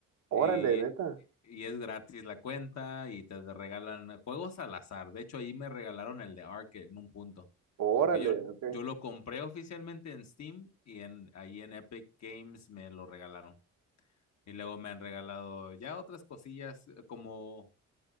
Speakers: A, on the right; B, on the left.
A: Órale,
B: Y,
A: neta.
B: eh, y es gratis la cuenta y te regalan juegos al azar. De hecho, ahí me regalaron el de Ark en un punto.
A: Órale,
B: Porque yo,
A: ok.
B: yo lo compré oficialmente en Steam y en, ahí en Epic Games me lo regalaron. Y luego me han regalado ya otras cosillas eh, como